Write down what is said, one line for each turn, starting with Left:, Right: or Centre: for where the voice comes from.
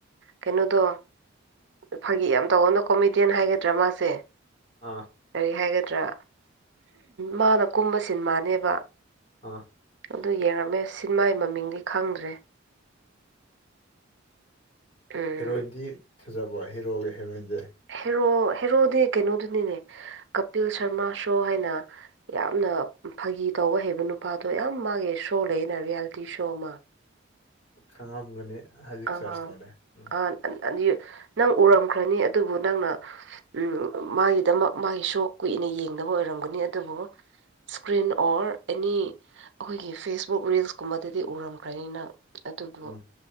Right: ꯀꯩꯅꯣꯗꯣ ꯐꯥꯒꯤ ꯌꯥꯝ ꯇꯧꯕꯅꯀꯣ ꯀꯣꯃꯦꯗꯤꯌꯟ ꯍꯥꯏꯒꯗ꯭ꯔꯥ ꯃꯥꯁꯦ
Left: ꯑꯥ
Right: ꯀꯔꯤ ꯍꯥꯏꯒꯗ꯭ꯔꯥ ꯃꯥꯅ ꯀꯨꯝꯕ ꯁꯦꯅꯦꯃꯅꯦꯕ
Left: ꯑꯥ
Right: ꯑꯗꯨ ꯌꯦꯡꯉꯝꯃꯦ ꯁꯤꯟꯃꯥꯒꯤ ꯃꯃꯤꯡꯗꯤ ꯈꯪꯗ꯭ꯔꯦ ꯎꯝ
Left: ꯍꯦꯔꯣꯏꯟꯗꯤ ꯐꯖꯕ꯭ꯔꯣ ꯍꯦꯔꯣꯒ ꯍꯦꯔꯣꯏꯟꯗꯤ
Right: ꯍꯦꯔꯣ ꯍꯦꯔꯣꯗꯤ ꯀꯩꯅꯣꯗꯨꯅꯤꯅꯦ ꯀꯥꯄꯤꯜ ꯁꯥꯔꯃꯥ ꯁꯣ ꯍꯥꯏꯅ ꯌꯥꯝꯅ ꯐꯥꯒꯤ ꯇꯧꯕ ꯍꯩꯕ ꯅꯨꯄꯥꯗꯣ ꯌꯥꯝ ꯃꯥꯒꯤ ꯁꯣ ꯂꯩꯅ ꯔꯤꯌꯦꯜꯇꯤ ꯁꯣ ꯑꯃ
Left: ꯈꯪꯉꯝꯒꯅꯤ ꯍꯧꯖꯤꯛ
Right: ꯑꯥ
Left: ꯁꯔꯁ ꯇꯧꯔꯦ ꯎꯝ
Right: ꯑ ꯌꯨ ꯅꯪ ꯎꯔꯝꯈ꯭ꯔꯅꯤ ꯑꯗꯨꯕꯨ ꯅꯪꯅ ꯎꯝ ꯃꯥꯒꯤꯗꯃꯛ ꯃꯥꯒꯤ ꯁꯣ ꯀꯨꯏꯅ ꯌꯦꯡꯗꯕ ꯑꯣꯏꯔꯝꯒꯅꯤ ꯑꯗꯨꯕꯨ ꯁꯀ꯭ꯔꯤꯟ ꯑꯣꯔ ꯑꯦꯅꯤ ꯑꯈꯣꯏꯒꯤ ꯐꯦꯁꯕꯨꯛ ꯔꯤꯜꯁꯀꯨꯝꯕꯗꯗꯤ ꯎꯔꯝꯈ꯭ꯔꯅꯤ ꯅꯪ ꯑꯗꯨꯕꯨ
Left: ꯎꯝ